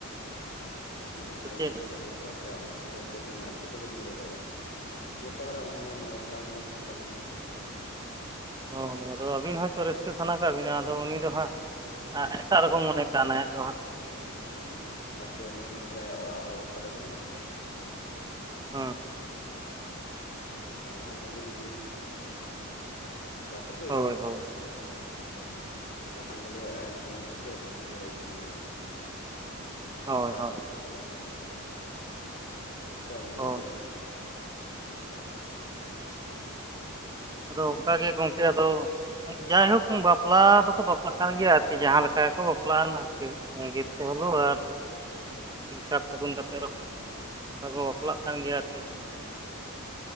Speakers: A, on the left (about 45°); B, on the right (about 20°).
A: ᱦᱮᱸ ᱚᱱᱠᱟ
B: ᱥᱮ ᱪᱮᱫ
A: ᱢᱟ ᱥᱟᱹᱨᱤ ᱜᱮᱛᱚ ᱾ ᱟᱠᱚᱣᱟᱜ ᱢᱚᱱᱮᱨᱮ ᱪᱮᱫ ᱢᱮᱱᱟᱜᱼᱟ ᱪᱤᱠᱟᱹ ᱛᱮᱵᱤᱱ ᱞᱟᱹᱭ ᱫᱟᱲᱮᱭᱟᱜᱼᱟ, ᱡᱚᱛᱚ ᱦᱚᱲᱟᱜ ᱢᱚᱱᱮ ᱢᱟ ᱵᱟᱝ ᱢᱤᱫ ᱜᱮᱛᱟᱵᱚᱱᱟ ᱾
B: ᱚ ᱟᱫᱚ ᱟᱹᱵᱤᱱ ᱦᱚᱭᱛᱳ ᱨᱟᱹᱥᱠᱟᱹ ᱥᱟᱱᱟ ᱠᱟᱜ ᱵᱤᱱᱟ ᱟᱫᱚ ᱩᱱᱤ ᱫᱚ ᱦᱟᱸᱜ ᱟᱨ ᱮᱴᱟᱜ ᱨᱚᱠᱚᱢ ᱢᱚᱱᱮ ᱠᱟᱱᱟᱭ ᱦᱮᱸᱥᱮ ᱵᱟᱝ,
A: ᱦᱮᱸ ᱯᱟᱪᱮᱫ ᱢᱚᱱᱮ ᱫᱟᱭ ᱚᱲᱟᱜ ᱦᱚᱲ ᱵᱟᱠᱚ ᱨᱮᱵᱮᱱᱟ ᱾
B: ᱦᱮᱸ
A: ᱛᱟᱦᱚᱞᱮ ᱟᱹᱜᱤᱨ ᱤᱫᱤᱭᱮ ᱚᱱᱠᱟᱛᱮ,
B: ᱦᱳᱭ ᱦᱳᱭ
A: ᱵᱟᱠᱷᱟᱱ ᱫᱚ ᱞᱟᱹᱭ ᱮᱲᱮᱧ ᱠᱟᱱᱟᱢ ᱥᱮ ᱪᱮᱫ ᱩᱱᱨᱮ ᱤᱫᱤᱧ ᱢᱮ ᱞᱚᱜᱚᱱ
B: ᱦᱳᱭ
A: ᱚᱱᱠᱟᱛᱮ
B: ᱦᱳᱭ
A: ᱦᱚᱸᱠᱚ ᱪᱟᱞᱟᱜ ᱠᱟᱱᱟ ᱚᱠᱚᱭᱟᱜ ᱢᱚᱱᱮ
B: ᱦᱳᱭ
A: ᱪᱮᱫ ᱞᱮᱠᱟᱱᱟ ᱾
B: ᱟᱫᱚ ᱚᱱᱠᱟ ᱜᱮ ᱜᱚᱝᱠᱮ ᱟᱫᱚ ᱡᱟᱭᱦᱳᱠ ᱵᱟᱯᱞᱟ ᱫᱚᱠᱚ ᱵᱟᱯᱞᱟᱜ ᱠᱟᱱ ᱜᱮᱭᱟ ᱟᱨᱠᱤ ᱡᱟᱦᱟᱸ ᱞᱮᱠᱟ ᱜᱮᱠᱚ ᱵᱟᱯᱞᱟᱜ ᱟᱜᱤᱨ ᱛᱮ
A: ᱦᱩᱸ
B: ᱦᱚᱞᱳ ᱟᱨ ᱥᱟᱨ ᱥᱟᱹᱜᱩᱱ ᱠᱟᱛᱮᱫ ᱨᱮᱦᱚᱸ ᱟᱨ ᱵᱟᱯᱞᱟᱜ ᱠᱟᱱ ᱜᱮᱭᱟ ᱟᱨᱠᱤ